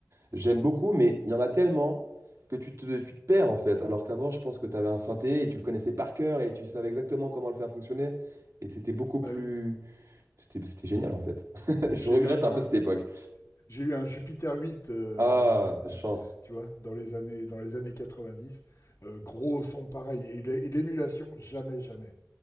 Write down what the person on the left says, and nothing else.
Bah
oui.
J'ai
eu un,
un-
j'ai eu un Jupiter 8, euh,
euh,
tu vois, dans les années, dans les années 90. Euh, gros son pareil. Et l'é- et l'émulation, jamais, jamais.